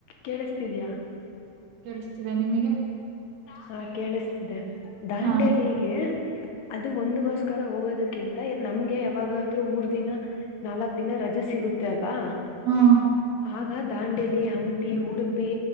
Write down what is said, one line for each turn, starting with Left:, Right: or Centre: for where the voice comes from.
Left: ಕೇಳಿಸ್ತಿದ್ಯಾ
Right: ಇಷ್ಟಿದೆ ನಿಮಗೆ
Left: ಹಾ ಕೇಳಿಸ್ತಿದೆ ದಾಂಡೇಲಿ
Right: ಹಾ
Left: ಹೀಗೆ ಅದು ಒಂದ್ಗೋಸ್ಕರ ಹೋಗೋದಕ್ಕಿಂತ ನಮ್ಗೆ ಯಾವಾಗಾದ್ ಮೂರ್ ದಿನ ನಾಲ್ಕ್ ದಿನ ರಜೆ ಸಿಗುತ್ತೆ ಅಲ್ವಾ
Right: ಹಾ
Left: ಆಗ ದಾಂಡೆಲಿ ಹಂಪಿ ಉಡುಪಿ